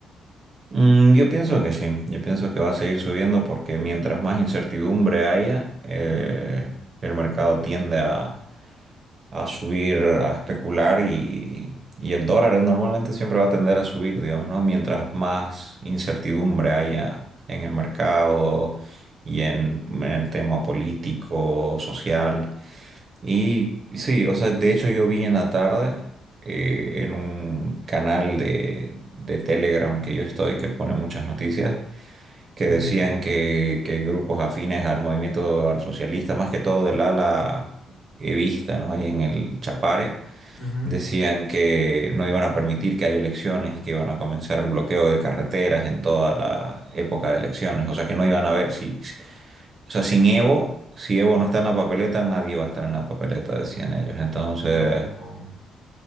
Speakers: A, on the right; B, on the left.
A: Mm, yo pienso que sí, yo pienso que va a seguir subiendo porque mientras más incertidumbre haya, eh, el mercado tiende a, a subir, a especular y, y el dólar normalmente siempre va a tender a subir, digamos, ¿no? Mientras más incertidumbre haya en el mercado y en, en el tema político, social. Y sí, o sea, de hecho yo vi en la tarde eh, en un canal de, de Telegram que yo estoy, que pone muchas noticias, que
B: Ujú,
A: decían que, que grupos afines al movimiento al socialista, más que todo del ala evista, ¿no? Ahí en el Chapare,
B: ujú.
A: Decían que no iban a permitir que haya elecciones y que iban a comenzar el bloqueo de carreteras en toda la época de elecciones. O sea que no iban a ver si, o sea, sin Evo, si Evo no está en la papeleta, nadie va a estar en la papeleta, decían ellos. Entonces,
B: No,